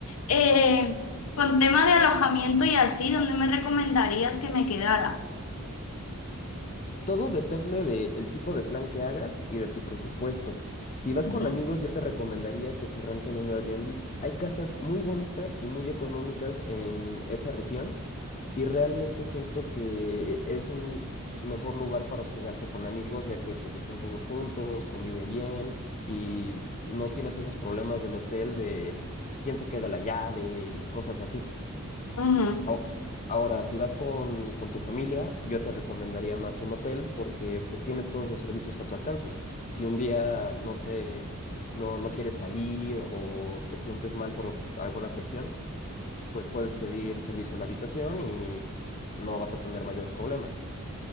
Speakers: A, on the left; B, on the left.
A: Eh, con tema de alojamiento y así, ¿dónde me recomendarías que me quedara?
B: Todo depende del tipo de plan que hagas y de tu presupuesto. Si vas
A: Ujú,
B: con amigos, yo te recomendaría que se renten un Airbnb. Hay casas muy bonitas y muy económicas en esa región y realmente siento que es un mejor lugar para hospedarse con amigos, ya que pues están todos juntos, conviven bien y no tienes esos problemas del hotel de quién se queda la llave y cosas así.
A: ujú.
B: Ao- Ahora, si vas con, con tu familia, yo te recomendaría más un hotel porque pues tienes todos los servicios a tu alcance. Si un día, no sé, no, no quieres salir o te sientes mal por alguna cuestión, pues puedes pedir servicio a la habitación y no vas a tener mayor problema.